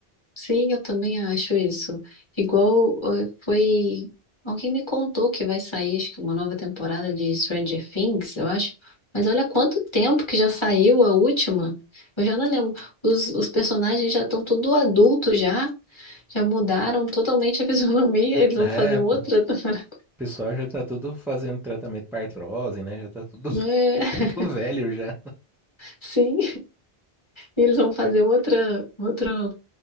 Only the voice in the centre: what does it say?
É,
o
pessoal já tá tudo fazendo tratamento pra artrose, né? Já tá tudo, <laughs>
tudo velho já.